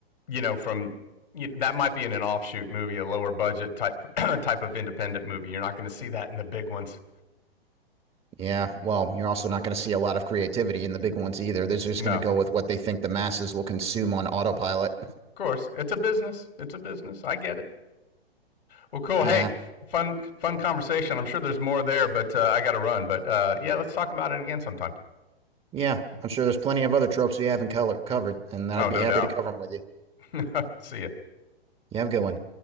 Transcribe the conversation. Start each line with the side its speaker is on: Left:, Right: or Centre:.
Left: you know, from you know, that might be in an offshoot movie, a lower budget type <clears throat> type of independent movie. You're not going to see that in the big ones.
Right: Yeah. Well, you're also not going to see a lot of creativity in the big ones either. They're just
Left: No,
Right: going to
Left: of
Right: go with what they think the masses will consume on autopilot.
Left: course, it's a business. It's a business. I get it. Well, cool.
Right: Yeah.
Left: Hey, fun fun conversation. I'm sure there's more there, but uh, I got to run. But uh, yeah, let's talk about it again sometime.
Right: Yeah, I'm sure there's plenty of other tropes we haven't color- covered, and I'd
Left: Oh,
Right: be
Left: no
Right: happy
Left: doubt.
Right: to cover them with you.
Left: <laughs> see ya.
Right: You have a good one.